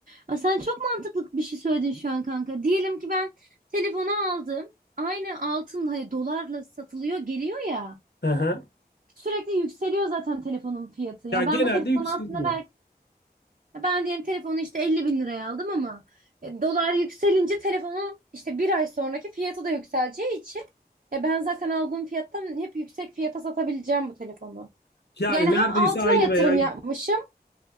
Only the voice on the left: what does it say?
Hı hı.
Ya genelde
yükseliyor.
Yani
neredeyse
aynı
veya yük-